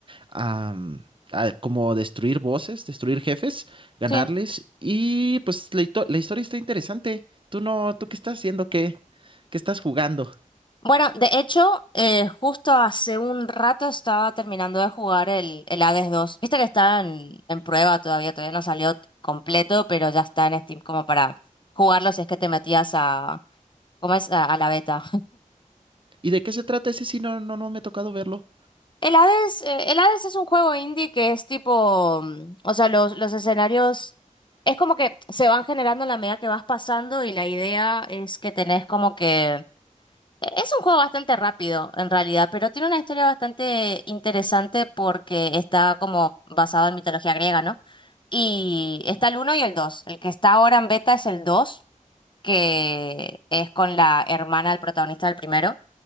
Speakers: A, on the right; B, on the left.
A: am, ah, como destruir bosses, destruir jefes, ganarles.
B: Sí.
A: Y pues la, hito- la historia está interesante. ¿Tú no, tú qué estás haciendo? ¿Qué, qué estás jugando?
B: Bueno, de hecho, eh, justo hace un rato estaba terminando de jugar el, el Hades dos. Viste que está en, en prueba todavía, todavía no salió t- completo, pero ya está en Steam como para jugarlo si es que te metías a, ¿cómo es? A, a la beta.
A: ¿Y de qué se trata ese? Sí, no, no, no me ha tocado verlo.
B: <laughs> El Hades, eh, el Hades es un juego indie que es tipo, mm, o sea, los, los escenarios es como que se van generando en la medida que vas pasando y la idea es que tenés como que Es un juego bastante rápido, en realidad, pero tiene una historia bastante interesante porque está como basado en mitología griega, ¿no? Y está el uno y el 2. El que está ahora en beta es el 2, que es con la hermana del protagonista del primero.